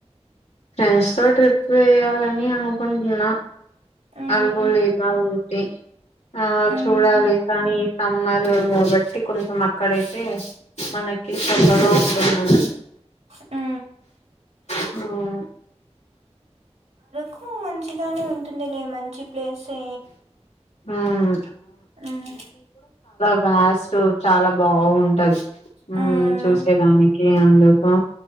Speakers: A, on the left (about 85°); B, on the right (about 80°).
A: ఫ్రెండ్స్ తో ట్రిప్ వేయాలని అనుకుంటున్నా
B: మ్మ్
A: అరుకు లేదా ఊటీ ఆ
B: మ్మ్
A: చూడాలి కానీ సమ్మరు కాబట్టి కొంచెం అక్కడై తే మనకి సల్లగా అవుహ
B: ఆ
A: ఆ
B: కు మంచిగానే ఉంటుంది లే మంచి ప్లేసే
A: ఉమ్
B: ఉమ్
A: లాస్ట్ చాలా బాగుంటది ఉ
B: మ్మ్
A: చూసేదానికి ఎందుకు